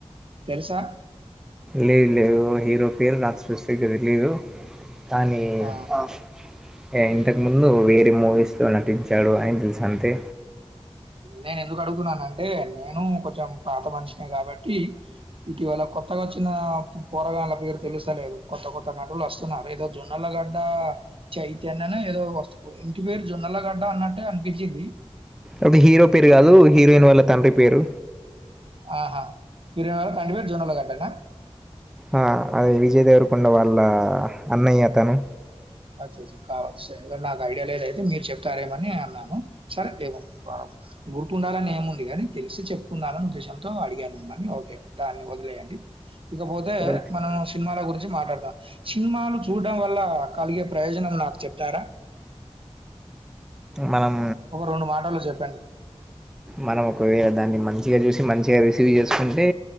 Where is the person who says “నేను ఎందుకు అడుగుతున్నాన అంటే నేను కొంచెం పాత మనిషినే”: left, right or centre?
Right